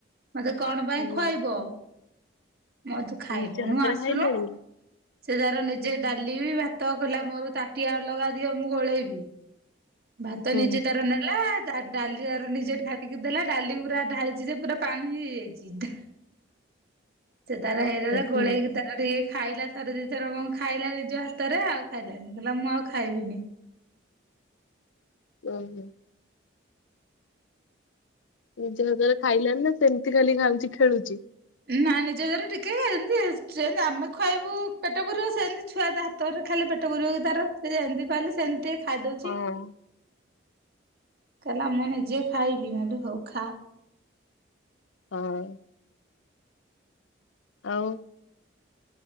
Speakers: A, on the right; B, on the left.
A: ମତେ କଣ ପାଇଁ
B: ହୁଁ
A: ଖୁଆଇବ? ମ ତୁ ଖାଇବୁନୁ
B: ନିଜ ହାତରେ
A: ଆସୁନୁ
B: ଖାଇଲାଣି କି?
A: ସେ ତାର ନିଜେ ଡାଲି ଭାତ କଲା ମୋର ତାଟିଆ ଅଲଗା ଦିଅ ମୁଁ ଗୋଳେଇବି ଭାତ
B: ହୁଁ
A: ନିଜେ ତାର ନେଲା ଆ ଡାଲିର ନିଜେ ଢାଳିକି ଦେଲା ଡାଲି ଗୁରା ଢାଳିଛି ଯେ ପୁରା ପାଣି ହେଇଯାଇଛି ସେ ତାର ଏଇରେ ଗୋଳେଇକି
B: ହୁଁ
A: ତାର ଟିକେ ଖାଇଲା ଥରେ ଦିଇ ଥର କଣ ଖାଇଲା ନିଜ ହାତରେ ଆଉ ଖାଇଲାନି କହିଲା ମୁଁ ଆଉ ଖାଇବିନି
B: ହୁଁ ହୁଁ ନିଜ ହଜରେ ଖାଇଲାନି ନା ସେମିତି ଖାଲି ଖାଉଛି ଖେଳୁଛି
A: ନା ନିଜ ଦର ଟିକେ ଏମତି ସେମିତି ଆମେ ଖୁଆବୁ ପେଟ ପୁରିବ ସେମିତି ଛୁଆ ତ ହାତରେ ଖାଲି ପେଟ ପୁରିବାକୁ ତାର ସେ ଯେମିତି ପାଇଲେ ସେମିତି ଟିକେ ଖାଇଦଉଛି
B: ହଁ
A: କହିଲା ମୁଁ ନିଜେ ଖାଇବି ମୁଁ କହିଲି ହଉ ଖା
B: ହଁ ଆଉ